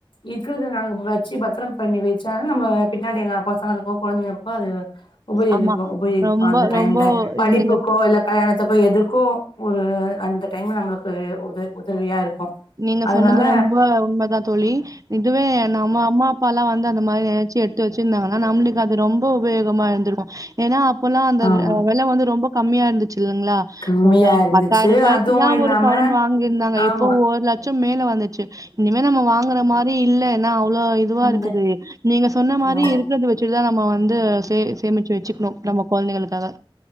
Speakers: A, on the left (about 70°); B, on the right (about 40°).
A: இக்குறத நக வச்சு பத்திரம் பண்ணி வெச்சாலு நம்ம பின்னாடி நா பசங்களுக்கோ கொழந்தைகளுக்கோ அது உபயோகிக்கு
B: ஆமா
A: உபயோகிக்கு
B: ரொம்ப
A: அந்த
B: ரொம்ப
A: டைம்ல படிப்புக்கோ
B: இது நீங்க
A: இல்ல கல்யாணத்துக்கோ எதுக்கு ஒரு அந்த டைம் நம்மளுக்கு உதவி உதவியா இருக்கு
B: நீங்க
A: அதனால
B: சொன்னது ரொம்ப உண்மதா தோழி இதுவே நம்ம அம்மா அப்பால்லா வந்து அந்த மாரி நெனச்சி எ த்து வச்சிருந்தாங்கன்னா நம்மளுக்கு அது ரொம்ப உபயோகமா இருந்திருக்கு ஏனா அப்பல்லா அந்த
A: ஆமா
B: வெ அ வெல வந்து ரொம்ப கம்மியா இருந்துச்சு இல்லங்ளா
A: கம்மியா
B: எவ்ளோ
A: இருந்துச்சு
B: பத்தாயிரூபாய்க்குல்லா
A: அதுவு இல்லாம
B: ஒரு சவரன் வாங்கிருந்தாங்க
A: ஆமா
B: இப்போ ஒரு ல ச்சோ மேல வந்துச்சு இனிமே நம்ம வாங்குற மாரி இல்ல எனா அவ்ளோ இதுவா
A: இல்ல
B: இருக்குது நீங்க சொன்ன மாரி
A: ஆமா
B: இருக்கிறது வ ச்சுட்டுதா நம்ம வந்து சே சேமிச்சு வச்சுக்கணு நம்ம கொழந்தைகளுக்காக